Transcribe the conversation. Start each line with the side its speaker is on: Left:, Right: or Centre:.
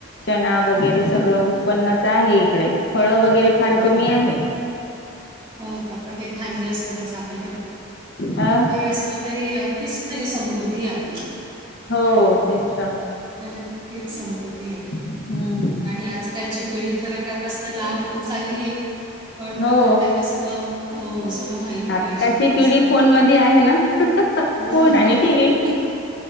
Left: चणा वगैरे
Right: बरोबर
Left: सगळं उत्पन्नच आहे इकडे फळ वगैरे फार
Right: अरे
Left: कमी
Right: वा
Left: आहे.
Right: हो का पण हे धान्य सगळं चांगलं आहे ना पण.
Left: ह.
Right: ते असल तरी तीच खरी समृद्धी आहे आपली.
Left: हो तेच तर
Right: तर, तीच समृद्धी आहे.
Left: हम्म
Right: आणि आजकालची पिढी जरा त्यापासन लांब होत चाललीय पण
Left: हो
Right: मग त्यांना सगळं हो सगळं माहिती
Left: आताची
Right: पाहिजे हल्ली
Left: पिढी
Right: सगळं
Left: फोन
Right: ते
Left: मध्ये आहे ना
Right: होन
Left: फोन आणि
Right: मग
Left: टीव्ही